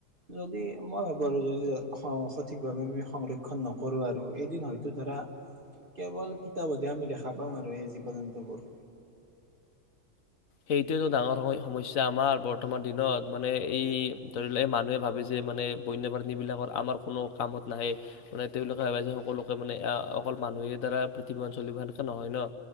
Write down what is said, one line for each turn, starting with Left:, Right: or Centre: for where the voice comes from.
Right: যদি মই ভাবো আৰু যদি অসম সঠিকভাৱে আমি সংৰক্ষণ নকৰো আৰু এদিন হয়তো ধৰা কেৱল কিতাপতহে আমি দেখা পাম আৰু এই জীৱ জন্তুবোৰ
Left: সেইটোৱেতো ডাঙৰ সমস্যা আমাৰ বৰ্তমান দিনত মানে এই ধৰি লওক এই মানুহে ভাবে যে মানে বন্যপ্ৰাণীবিলাকৰ আমাৰ কোনো কামত নাহে, মানে তেওঁলোকে ভাবে যে সকলোকে মানে অকল মানুহে দ্বাৰা পৃথিৱীখন চলিব সেনেকে নহয় ন?